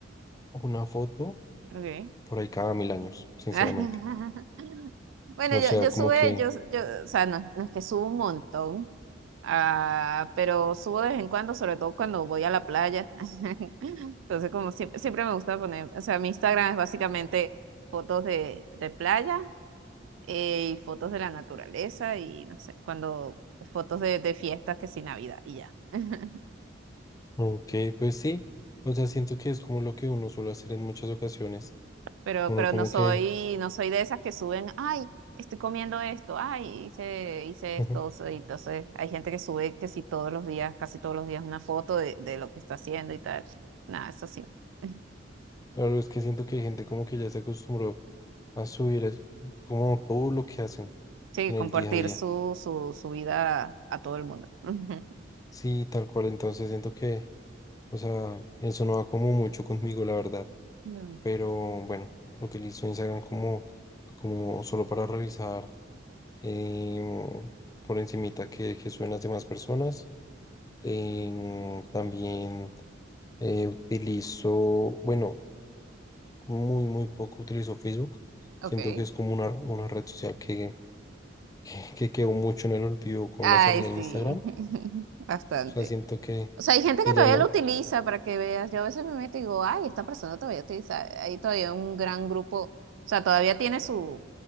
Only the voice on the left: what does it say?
o una foto
por ahí cada mil años, sinceramente.
O
sea,
como que...
Ok, pues sí. O sea, siento que es como lo que uno suele hacer en muchas ocasiones.
Uno
como
que,
<laughs>
claro, es que siento que hay gente como que ya se acostumbró a subir es- como todo lo que hacen
en
el día a día.
Sí, tal cual. Entonces siento que, o sea, eso no va como mucho conmigo, la verdad.
Pero bueno, utilizo Instagram como, como solo para revisar em, por encimita que, que suben las demás personas. Em, también. Eh, utilizo, bueno, muy, muy poco utilizo Facebook.
Siento que es como una, una red social que, <laughs> que, que quedó mucho en el olvido con
la salida
de Instagram. O
sea, siento que,
que
ya no.